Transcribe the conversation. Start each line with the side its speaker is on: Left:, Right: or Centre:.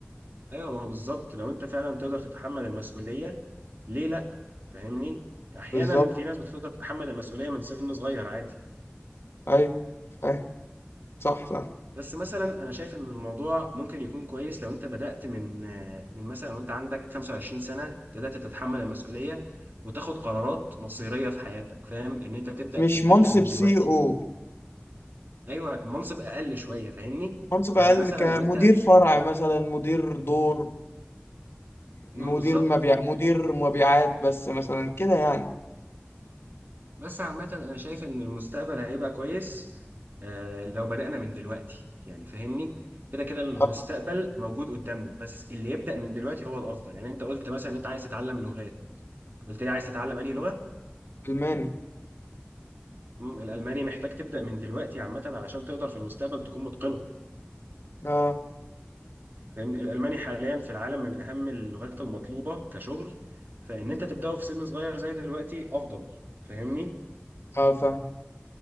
Right: ايوه ما هو بالظبط لو انت فعلا تقدر تتحمل المسؤولية ليه لا فاهمني احيانا
Left: بالظبط
Right: في ناس بتقدر تتحمل المسؤولية من سن صغير عادي
Left: اي اي صح صح
Right: بس مثلا انا شايف ان الموضوع ممكن يكون كويس لو انت بدأت من من مثلا وانت عندك 25 سنة بدأت تتحمل المسؤولية وتاخد قرارات مصيرية في حياتك فاهم ان انت تبدأ
Left: مش
Right: تبدأ
Left: منصب
Right: من دلوقتي
Left: سي او
Right: ايوه المنصب اقل شوية فاهمني
Left: منصب
Right: يعني
Left: اقل
Right: مثلا
Left: كمدير
Right: لو انت
Left: فرع مثلا مدير دور
Right: مم،
Left: مدير
Right: بالظبط
Left: مبيع مدير مبيعات بس مثلا كده يعني
Right: بس عامة أنا شايف إن المستقبل هيبقى كويس آه، لو بدأنا من دلوقتي يعني فاهمني كده كده المستقبل
Left: آه،
Right: موجود قدامنا بس اللي يبدأ من دلوقتي هو الأفضل يعني أنت قلت مثلا إن أنت عايز تتعلم لغات قلت لي عايز تتعلم أنهي لغة؟
Left: الماني
Right: مم، الألماني محتاج تبدأ من دلوقتي عامة علشان تقدر في المستقبل تكون متقنه
Left: اه
Right: فاهمني الألماني حاليا في العالم من أهم اللغات المطلوبة كشغل فإن أنت تبدأه في سن صغير زي دلوقتي أفضل فاهمني
Left: اه فاهم